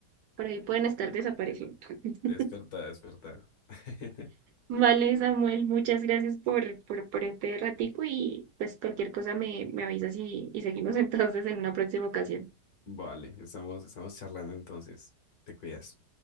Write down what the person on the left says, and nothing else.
Es verdad, es verdad. <laughs>
Vale, estamos, estamos charlando entonces. Te cuidas.